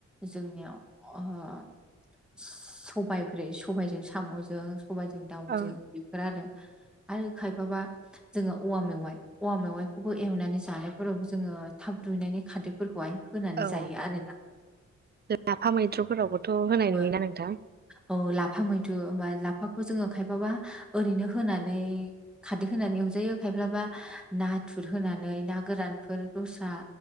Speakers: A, in the centre; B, on the right (about 35°).
A: जोंनियाव ओ सबाब्रे सबायजों साम'जों सबायजों दाउजों
B: औ
A: बेफोर आरो आरो खायफाबा जोङो औवा मेवाइ औवा मेवाइखौबो एवनानै जानायफोराव जोङो थाब रुयनायनि खारदैफोरखौहाय होनानै
B: औ
A: जायो आरोना
B: लाफा मैद्रुफोरावबोथ' होनाय
A: औ
B: नुयोना नोंथां
A: औ लाफा मैथ्रु बा लाफाखौ जोङो खायफाबा ओरैनो होनानै खारदै होनानै एवजायो खायफाबा नाथुर होनानै ना गोरानफोर दस्रा